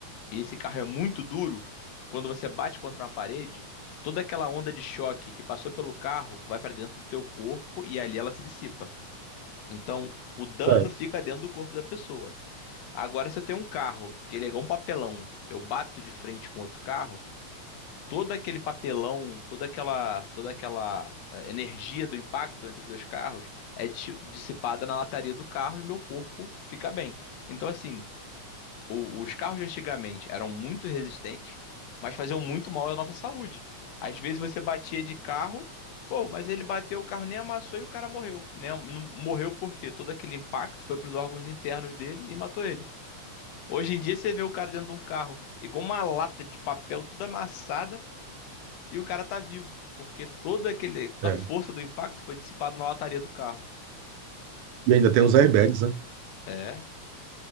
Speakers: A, on the left; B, on the right.
A: e esse carro é muito duro, quando você bate contra uma parede, toda aquela onda de choque que passou pelo carro vai para dentro do teu corpo e ali ela se dissipa. Então, o dano
B: É,
A: fica dentro do corpo da pessoa. Agora, se eu tenho um carro que ele é igual um papelão, eu bato de frente com outro carro, todo aquele papelão, toda aquela, toda aquela eh, energia do impacto entre os dois carros é dis- dissipada na lataria do carro e meu corpo fica bem. Então, assim, o- os carros de antigamente eram muito resistentes, mas faziam muito mal à nossa saúde. Às vezes você batia de carro, pô, mas ele bateu, o carro nem amassou e o cara morreu. Né? Não- Morreu porque todo aquele impacto foi para os órgãos internos dele e matou ele. Hoje em dia você vê o cara dentro de um carro, igual uma lata de papel toda amassada, e o cara tá vivo, porque toda aquele, toda
B: é.
A: a força do impacto foi dissipada na lataria do carro.
B: E ainda tem os airbags, né?
A: É,